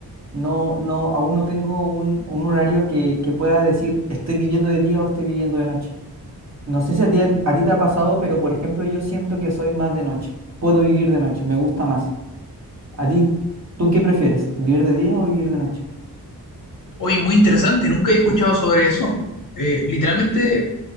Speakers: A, on the right; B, on the left.
A: No, no, aún no tengo un, un horario que, que pueda decir estoy viviendo de día o estoy viviendo de noche. No sé si a ti, a ti te ha pasado, pero por ejemplo, yo siento que soy más de noche. Puedo vivir de noche, me gusta más. ¿A ti, tú qué prefieres? ¿Vivir de día o vivir de noche?
B: Oye, muy interesante, nunca he escuchado sobre eso. Eh, literalmente,